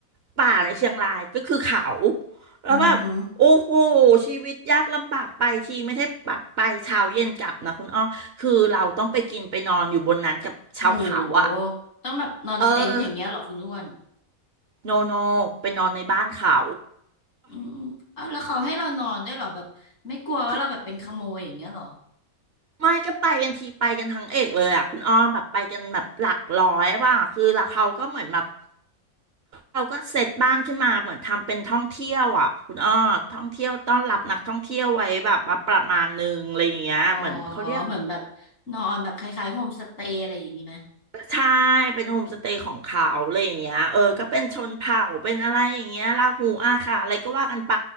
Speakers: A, on the right; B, on the left.
A: ป่าในเชียงรายก็คือเขาแล้วแบบโอ้โห
B: อือฮึ
A: ชีวิตยากลำบากไปทีไม่ใช่แบบไปเช้าเย็นกลับนะคุณอ้อคือเราต้องไปกินไปนอนอยู่บนนั้นกับชาวเขาอ่ะ
B: โหต้องแบบนอนเต็นท์อย่างเงี้ยเหรอคุณอ้วน
A: เออโนโนไปนอนในบ้านเขา
B: อืมอืมเอาแล้วเขาให้เรานอนด้วยเหรอแบบไม่กลัวว่าเราแบบเป็นขโมยอย่างเงี้ยเหรอ
A: <laughs> คือ ไม่ก็ไปกันทีไปกันทั้งเอกเลยอ่ะคุณอ้อมแบบไปกันแบบหลักร้อยว่าคือแล้วเขาก็เหมือนแบบเขาก็เซตบ้านขึ้นมาเหมือนทำเป็นท่องเที่ยวอ่ะคุณอ้อท่องเที่ยวต้อนรับนักท่องเที่ยวไว้แบบว่าประมาณหนึงอะไรอย่างเงี้ยเหมือนเขาเรียก
B: อ๋อเหมือนแบบนอนแบบคล้ายๆโฮมสเตย์อะไรอย่างงี้ไหม
A: ใช่เป็นโฮมสเตย์ของเขาอะไรอย่างเงี้ยเออก็เป็นชนเผ่าเป็นอะไรอย่างเงี้ยลาหูอาขาอะไรก็ว่ากันไป